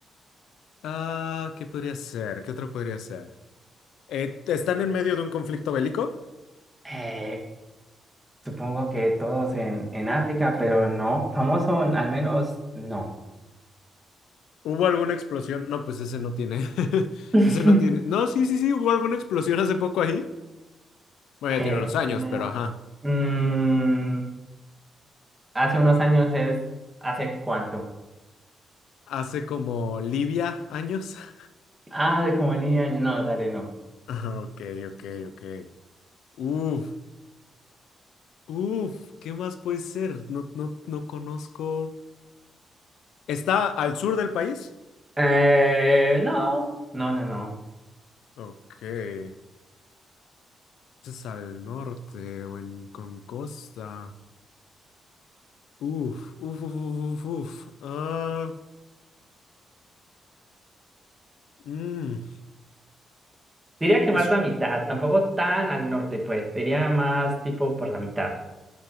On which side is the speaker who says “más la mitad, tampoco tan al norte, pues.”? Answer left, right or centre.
Right